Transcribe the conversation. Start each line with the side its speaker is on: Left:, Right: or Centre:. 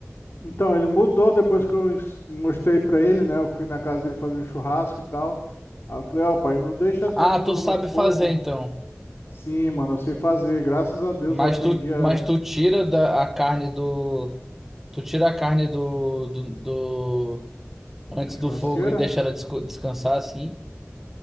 Left: Então, ele mudou depois que eu es- mostrei pra ele, né? Eu fui na casa dele fazer um churrasco e tal. Aí eu falei, ó, pai, não deixa
Centre: Ah,
Left: tanto
Centre: tu
Left: no,
Centre: sabe
Left: no fogo.
Centre: fazer, então.
Left: Sim, mano, eu sei fazer. Graças a Deus
Centre: Mas
Left: eu aprendi
Centre: tu,
Left: a
Centre: mas tu tira da, a carne do. Tu tira a carne do, do, do- Antes
Left: da churrasqueira.
Centre: do fogo e deixa ela desco- descansar assim.